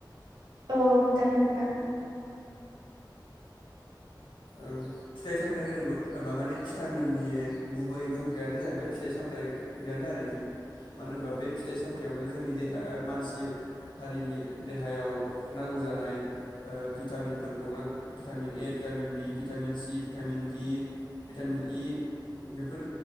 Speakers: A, on the right (about 70°); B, on the left (about 80°).
A: औ औ बुंजागोन नोंथां।
B: ओ फिथाइ सामथायाइ होनोबा माने भिटामिननि गुबै फुंखायानो जाहैबाय फिथाइ सामथाययानो आरोखि मानो होनबा बे फिथाइ सामथायाइयावनो जोंनि देहा मानसि हारिनि देहायाव नांगौ जानाय ओ भिटामिनफोर खौ vitamin A vitamin B vitamin C vitamin vitamin E बेफोर